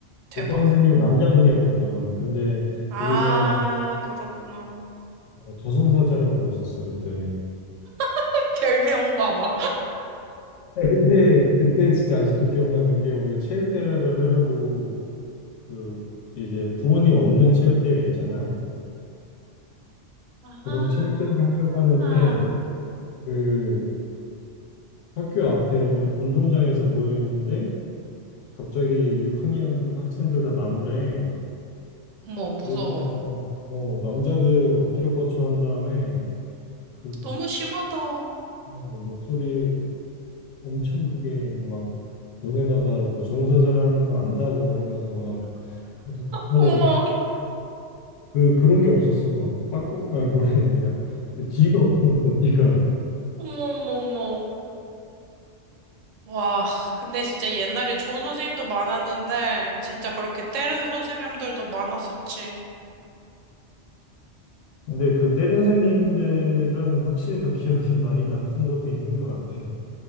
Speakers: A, on the right; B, on the left.
A: 대박.
B: 옆반 선생님이 남자분이었거든 근데
A: 아,
B: 우리가
A: 그렇구나.
B: 저승사자라고 불렀었어 그때
A: <laughs> 별명 봐봐.
B: 네, 근데 그때 진짜 아직도 기억나는 게 우리가 체육대회를 하려고 그 이제 부모님 없는 체육대회 있잖아
A: 아하.
B: 그런 체육대회를 하려고 하는데 그 학교 앞에 운동장에서 모여 있는데 갑자기 6학년 학생들 다 나무래
A: 어머, 무서워.
B: 그러더니만 어, 남자들 엎드려 뻗쳐 한 다음에 그
A: 너무 심하다. 어머,
B: 어, 목소리 엄청 크게 막 너네가 나뭐 정사자라는 거 안다고 막 이러면서 막 어,
A: 어머,
B: 그 그런 게 없었어 막 빠꾸 아 뭐라 해야 되냐 그 뒤가 없었어 뒤가
A: 어머, 어머. 와, 근데 진짜 옛날에 좋은 선생님도 많았는데, 진짜 그렇게 때리는 선생님들도 많았었지.
B: 근데 그 때린 선생님들은 확실히 더 기억이 많이 남는 것도 있는 것 같아.